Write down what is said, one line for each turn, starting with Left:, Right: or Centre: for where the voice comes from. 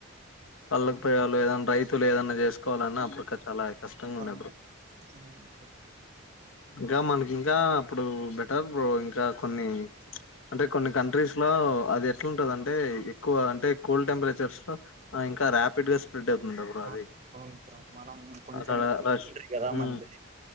Left: పల్ల ప్రయాలు ఏదన్నా రైతులు ఏదన్నా చేస్ కోవాలన్నా అప్పుడు చాలా కష్టంగా ఉండే
Right: ఆహా
Left: అప్పుడు
Right: అవును బ్రో.
Left: ఇంకా మనకి ఇంకా అప్పుడు బెటర్ బ్రో ఇంకా కొన్ని అంటే కొన్ని కన్ కంట్రీస్ లో అదెట్లుంటదంటే ఎక్కువ అంటే కూల్ టెంపరేచర్స్ లో ఆ ఇంకా రాపిడ్ స్ స్ప్రెడ్ అవుతుండ బ్రో
Right: ఆ,
Left: అది
Right: అవును బ్రో మనం కొంచెం
Left: అక్కడ
Right: ఉంటాయి
Left: రష్
Right: కదా
Left: మ్మ్
Right: మంది